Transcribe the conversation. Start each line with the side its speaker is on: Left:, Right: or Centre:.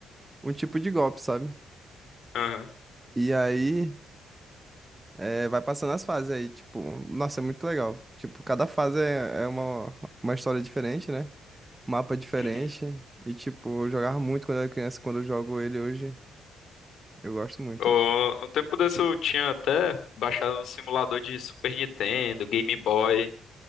Right: um tipo de golpe, sabe?
Left: Aham.
Right: E aí é, vai passando as fases aí, tipo, nossa, é muito legal. Tipo, cada fase é, é uma, uma história diferente, né? Mapa diferente.
Left: Uhum.
Right: E, tipo, eu jogava muito quando era criança, quando eu jogo ele hoje, eu gosto muito,
Left: O-
Right: ó.
Left: Um tempo desse eu tinha até baixado um simulador de Super Nintendo, Game Boy.